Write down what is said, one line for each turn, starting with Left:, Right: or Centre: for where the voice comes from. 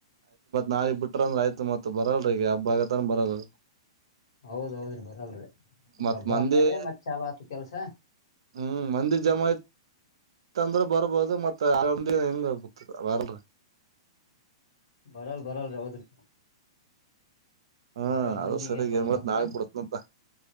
Right: ನಾಗ್ ಬಿಟ್ರ ಅಂದ್ರ ಆಯ್ತು ಮತ್ತತ್ ಬರಲ್ರಿ ಈ ಹಬ್ಬ ಆಗತ್ತನ್ ಬರಲ್
Left: ಹೌದ್ೌದ್ರಿ ಬರಲ್ರರಿ
Right: ಮತ್
Left: ಹಬ್ಬ
Right: ಮಂದಿ
Left: ಅಂದ್ಮೇಲೆ ಮತ್ೆ ಶಾಲ ಆತ ಕೆಲ್ಸ
Right: ಹ್ಮ್ ಮಂದಿರ ಜಮ ಂದ್ರೆ ಬರ್ಬೋದು ಮತ್ತ ಆರ ಹೆಂಗತದ ಬರಲ್ರಿ
Left: ಬರಲ್ ಬರಲ್ರಿ ಹೌದ್ರಿ
Right: ಹ್ಮ
Left: ಆರೇಳ್
Right: ಅದ
Left: ಮಂದಿಗೆ
Right: ಸರಿ
Left: ಏನ್ ಬರೋದಾತದ
Right: ಮತ್ ನಾಳ ಬಿಡತ್ನಂತ